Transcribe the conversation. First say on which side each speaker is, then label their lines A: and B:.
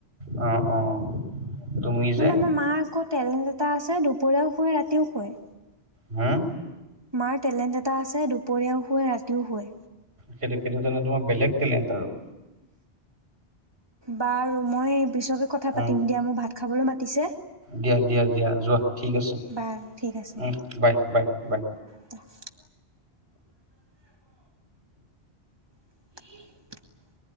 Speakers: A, on the right; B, on the right.
A: অ', অ'। তুমি যে
B: মানে আমাৰ মা আকৌ টেলেণ্ট এটা আছে দুপৰীয়াও শুৱে ৰাতিও শুৱে।
A: হম।
B: মাৰ টেলেণ্ট এটা আছে দুপৰীয়াও শুৱে ৰাতিও শুৱে।
A: সেইটো সেইটো কাৰণে তোমাৰ বেলেগ টেলেণ্ট আৰু।
B: বাৰু মই পিছকে কথা
A: আৰু
B: পাতিম দিয়া মোক ভাত খাবলৈ মাতিছে।
A: দিয়া, দিয়া, দিয়া যোৱা ঠিক আছে।
B: বাৰু ঠিক আছে
A: উম
B: দিয়া
A: বাই, বাই, বাই।
B: <unintelligible> <unintelligible>